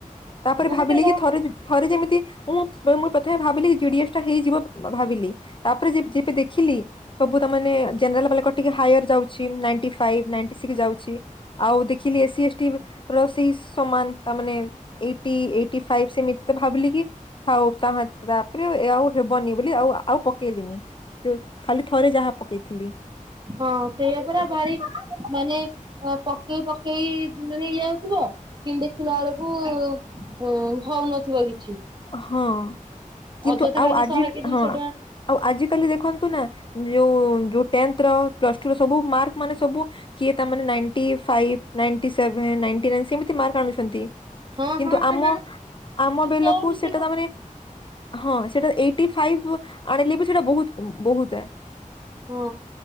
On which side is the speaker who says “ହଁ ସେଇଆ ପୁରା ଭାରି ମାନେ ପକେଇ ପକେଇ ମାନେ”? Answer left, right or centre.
Right